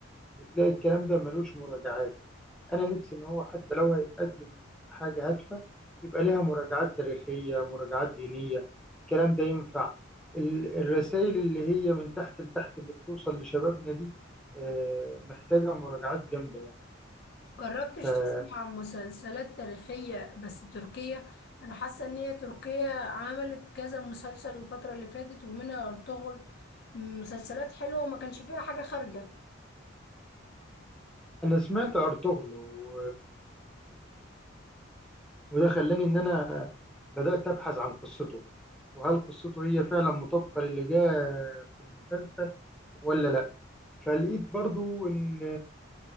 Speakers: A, in the centre; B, on the left.
A: بتلاقي الكلام ده ملوش مراجعات انا نفسي ان هو حتى لو هيتقدم حاجه هادفه يبقى ليها مراجعات تاريخيه مراجعات دينيه الكلام ده ينفع الرسائل اللي هي من تحت لتحت اللي بتوصل لشبابنا دي آه، محتاجه مراجعات جامده يعني
B: جربتش
A: فانا
B: تسمع عن مسلسلات تاريخيه بس تركية انا حاسه ان هي تركيا عملت كذا مسلسل الفتره اللي فاتت ومنها ارطغرل م- مسلسلات حلوه وما كانش فيها حاجه خارجه
A: سمعت ارطغرل و- وده خلاني ان انا بدات ابحث عن قصته وهل قصته هي فعلا مطابقه للي جاء في المسلسل ولا لا فلقيت برضو ان